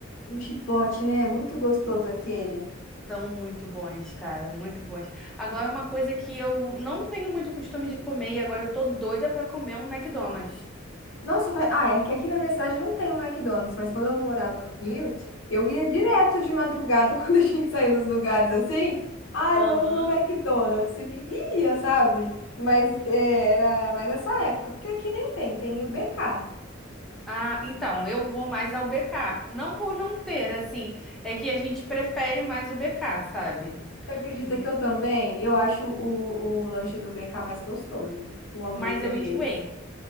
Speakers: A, on the left; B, in the centre.
A: um chipote, né? É muito gostoso aquele.
B: São muito bons, cara, muito bons. Agora, uma coisa que eu não tenho muito costume de comer e agora eu tô doida pra comer é um McDonald's.
A: Nossa, vai- ah, é que aqui na minha cidade não tem um McDonald's, mas quando eu morava no Rio, eu ia direto de madrugada <laughs> quando a gente saía dos lugares assim. Ai,
B: Aham.
A: vamos no McDonald's. E fi- ia, sabe? Mas é, era mais essa época, porque aqui nem tem, tem o BK.
B: Ah, então, eu vou mais ao BK. Não por não ter, assim, é que a gente prefere mais o BK, sabe?
A: Você acredita
B: Hum.
A: que eu também? Eu acho o, o lanche do BK mais gostoso, o hambúrguer
B: Mas eu
A: deles.
B: enjoei.